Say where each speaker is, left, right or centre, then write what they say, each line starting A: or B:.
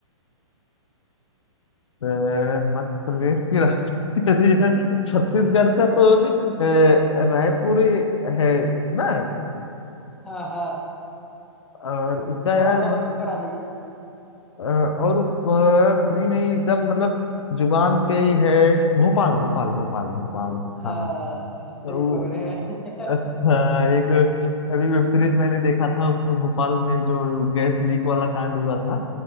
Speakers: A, on the left; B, in the centre.
A: तो मध्य प्रदेश की राजधानी <laughs> यार, छत्तीसगढ़ का तो अ, रायपुर है ना
B: हाँ हाँ
A: और इसका यार
B: थोड़ा सा
A: मध्य
B: और ऊपर आ जाइए
A: अ, और ऊपर नहीं नहीं एकदम मतलब जुबान पे ही है भोपाल भोपाल भोपाल भोपाल
B: हाँ
A: हाँ
B: सही
A: वो
B: पकड़े हैं <laughs>
A: अ, <laughs> हाँ, एक अभी वेब सीरीज मैंने देखा था उसमें भोपाल में जो गैस लीक वाला कांड हुआ था